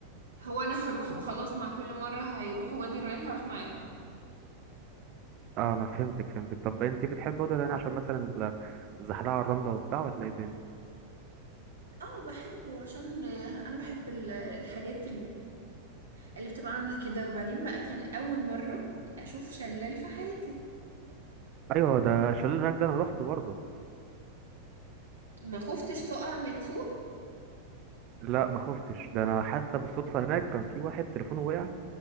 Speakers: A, on the right; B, on the right.
A: هو انا هروح وخلاص مع كل مرة هيروحوا وادي الريان هروح معاهم
B: اه انا فهمتك فهمتك طب انت بتحبي وادي الريان عشان مثلا ال- الزحلقة على الرملة وبتاع ولا ايه الدنيا
A: اه بحبه عشان آه، انا بحب ال- الحاجات اللي بتبقى عاملة كده وبعدين بقى كان أول مرة أشوف شلال في حياتي
B: ايوه ده الشلال اللي هناك ده انا روحته برضه
A: ما خفتش تقع من فوق
B: لا ما خفتش ده انا حتى بالصدفه هناك كان في واحد تليفونه وقع